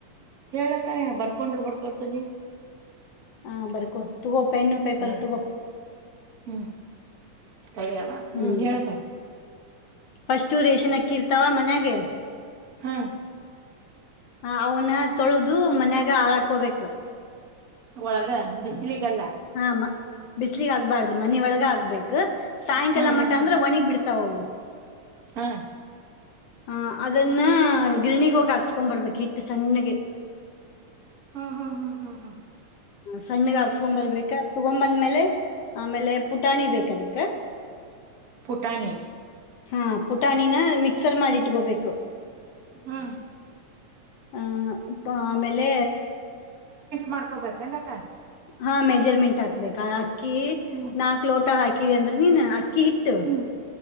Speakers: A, on the right (about 60°); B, on the left (about 70°).
A: ಹೇಳಕ್ಕ ಬರ್ಕೊಂಡರು ಬರ್ಕೊತನಿ
B: ಹಾ ಬರ್ಕೊ ತಗೋ ಪೆನ್ನು ಪೇಪರ್
A: ಹ
B: ತಗೋ
A: ಹ್ಮ್ ತಡಿಯವ
B: ಹ್ಮ್
A: ಹೇಳಕ್ಕ
B: ಫಸ್ಟ್ ರೇಷನ್ ತಾವ ಮನ್ಯಗೆ
A: ಹಾ
B: ಹ ಅವನ ತೊಳೆದು ಮನ್ಯಾಗ ಈಗ ಹಳಕಬೇಕು
A: ಒಳಗ ಬಿಸ್ಲಿಗಲ್ಲ
B: ಹಾ ಬಿಸ್ಲಗ್ ಆಗ್ಬಾರ್ದು ಮನ ಒಳಗ ಆಗ್ಬೇಕೇು ಸಾಯಂಕಾಲ
A: ಹಾ ಹಾ
B: ಮಠ
A: ಹಾ
B: ಅಂದ್ರ ಒಣಿಗ್ ಬಿಡ್ತಾವವು
A: ಹ್ಮ
B: ಹ ಅದನ್ನ ಗಿರಣಿ ಹೋಗಿ ಹಾಕ್ಸ್ಕೊಂಡ್ ಬರ್ಬೇಕು ಹಿಟ್ಟು ಸಣ್ಣಗೆ.
A: ಹಾ ಹಾ ಹಾ ಹಾ ಹಾ
B: ಸಣ್ಣಗ ಹಾಕ್ಸ್ಕೊಂಬರ್ ಬೇಕ ತಗೊ ಅಂದ್ಮೇಲೆ ಆಮೇಲೆ ಪುಟಾಣಿ ಬೇಕ ಅದಕ್
A: ಟಾನೆ
B: ಹಾ ಪು ಪಟಾಣಿನ ಮಿಕ್ಸರ್ ಮಾಡಿಟ್ಕೋಬೇಕು
A: ಹಾ
B: ಆ ಆಮೇಲೆ
A: ಮಾಡ್ಕೋಬೇಕು ಏನ ಟೈ
B: ಹಾ ಮೇ ಮೆಜರ್ಮೆಂಟ್ ಹಾಕ್ಬೇಕಾ? ಹಾಕಿ
A: ಹ್ಮ್
B: ನಾಲ್ಕ್ ಲೋಟ ಹಾಕಿ <inaudible> ನಿನ ಅಕ್ಕಿ ಹಿಟ್ಟು
A: ಹ್ಮ್